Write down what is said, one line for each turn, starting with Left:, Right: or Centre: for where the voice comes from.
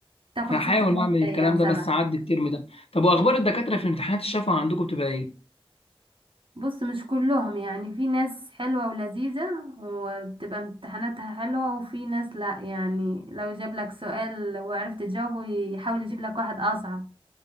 Right: تاخد
Left: هحاول
Right: ست مواد
Left: اعمل الكلام
Right: زي او سبعة
Left: ده بس اعدي الترم ده طب واخبار الدكاتره في امتحانات الشفوي عندكم بتبقى ايه
Right: بص مش كلهم يعني في ناس حلوة ولذيذة وبتبقى امتحاناتها حلوة وفي ناس لا يعني لو جاب لك سؤال وعرفت تجاوبه يحاول يجيب لك واحد اصعب